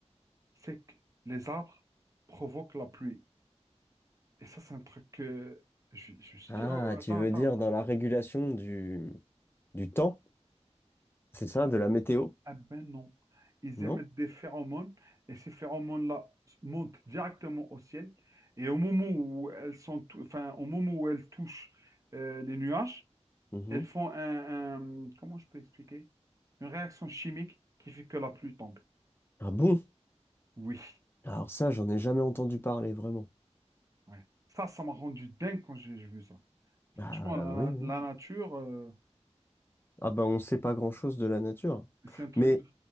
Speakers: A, on the right; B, on the left.
A: c'est que les arbres provoquent la pluie. Et ça, c'est un truc que je, je me suis
B: Ah,
A: dit, oh, attends,
B: tu veux
A: attends,
B: dire
A: attends.
B: dans la régulation du, du temps, c'est ça, de la météo,
A: Ah ben non. Ils
B: non?
A: émettent des phéromones et ces phéromones-là montent directement au ciel. Et au moment où elles sont, tou- enfin, au moment où elles touchent euh, les nuages,
B: Mhm.
A: elles font un, un- comment je peux expliquer? Une réaction chimique qui fait que la pluie tombe.
B: Ah bon?
A: Oui,
B: Alors ça, j'en ai jamais entendu parler, vraiment.
A: ouais. Ça, ça m'a rendu dingue quand j'ai j'ai vu ça.
B: Bah
A: Franchement, la,
B: oui, oui.
A: la nature, euh,
B: Ah bah on sait pas grand-chose de la nature.
A: c'est un truc
B: Mais